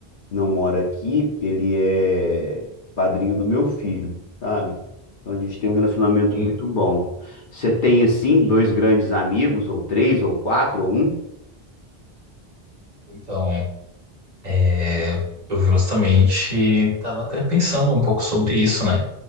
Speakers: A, on the left; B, on the right.
A: não mora aqui, ele é padrinho do meu filho, sabe? Então a gente tem um relacionamento
B: Sim.
A: muito bom. Você tem, assim, dois grandes amigos, ou três, ou quatro, ou um?
B: Então, é, eu justamente estava até pensando um pouco sobre isso, né?